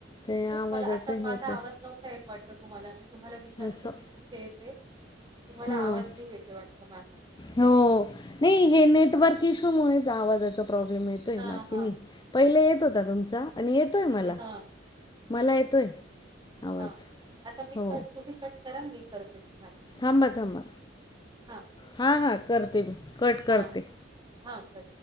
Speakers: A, on the left; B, on the right.
A: ते आवाजाचं
B: तेच मला आता
A: हे
B: माझा
A: होतंय
B: आवाज नव्हता येत वाट त तुम्हाला मी तुम्हाला विचारत
A: असं
B: होते कुठे ते. तुम्हाला
A: हां.
B: आवाज नाही येते वाटतं माझा.
A: हो. नाही हे नेटवर्क
B: हां,
A: इशूमुळेच आवाजाचा प्रॉब्लेम येतोय
B: हां,
A: बाकी
B: हां.
A: नाही. पहिले येत होता तुमचा आणि येतोय मला,
B: हां,
A: मला येतोय आवाज
B: हां. आता मी
A: हो.
B: कट तुम्ही कट करा, मी करते तुम्हाला
A: थांबा थांबा,
B: हां,
A: हां हां करते मी कट
B: हां,
A: करते.
B: हां. कट